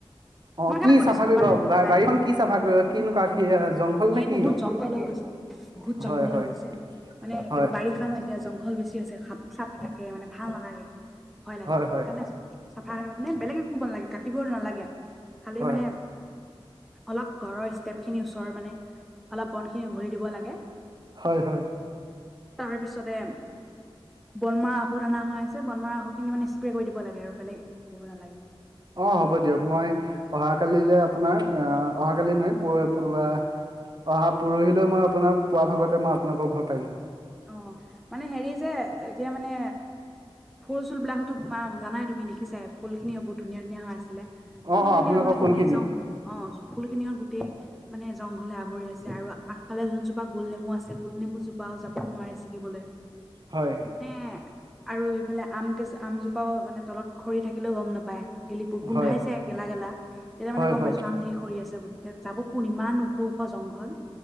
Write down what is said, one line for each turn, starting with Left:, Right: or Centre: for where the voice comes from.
Right: অ
Centre: মই সেইকাৰণে
Right: কি
Centre: সুধিছো
Right: চাফা
Centre: তোমাক
Right: কৰিব
Centre: যদি কাইলৈ
Right: বাৰীখন
Centre: যদি
Right: কি চাফা কৰিব কিনেকুৱা কি জংঘল নে
Centre: এই
Right: কি
Centre: বহুত জংঘল হৈ গৈছে বহুত জংঘল
Right: হয় হয়
Centre: হৈ গৈছে মানে
Right: হয়
Centre: কি বাৰিষা নয় এতিয়া জংঘল বেছি আছে। চফ থাকে মানে, ভাল নালাগে, ভয় লাগে
Right: হয় হয় হয়
Centre: সেইকাৰণে চাফা মানে বেলেগে ক নালাগে কাটিব নালাগে, খালি
Right: হয়
Centre: মানে অলপ ঘৰৰ ষ্টেপ খিনি ওচৰৰ মানে, অলপ বন খিনি উঘলি দিব লাগে।
Right: হয় হয়।
Centre: তাৰপিছতে বনমাৰ ঔষধ অনা হৈ আছে, বনমাৰ ঔষধ খিনি মানে স্প্ৰে কৰি দিব লাগে আৰু বেলেগ কব নালাগে।
Right: অ' হ'ব দিয়ক, মই অহা কালিলৈ আপোনাৰ আহ অহা কালি নোৱাৰি প অহা পৰহিলৈ মই আপোনাৰ পুৱা ভাগতে মই আপোনালোকৰ ঘৰ পাই যাম।
Centre: অ' মানে হেৰি যে এতিয়া মানে ফুল চুল বিলাকতো জানাই তুমি দেখিছা ফুল খিনি বহুত ধুনীয়া ধুনীয়া হৈ আছে।
Right: অ
Centre: ফুল
Right: অ
Centre: খিনি
Right: আপোনালোকৰ
Centre: মানে
Right: ফুলখিনি
Centre: গোই জংঘল, অ' ফুল খিনি গো মানে জংঘলে আৱৰি আছে আৰু আগফালে যোনজোপা গোল নেমু আছে গোল নেমু জোপাও যাব নোৱাৰে চিকিবলৈ।
Right: হয়
Centre: সেৱাই। আৰু ইফালে আম কেজ আমজোপাও মানে তলত খৰি থাকিলেও গম নাপায়। গেলিপুত গোন্ধাইছে
Right: হয়
Centre: গেলা গেলা, তেতিয়া মানে
Right: হয়
Centre: গম
Right: হয়
Centre: পাইছো আম ধেৰ স কৰি আছে বুলি তেতিয়া যাব কোন ইমান সৌখ জংঘল।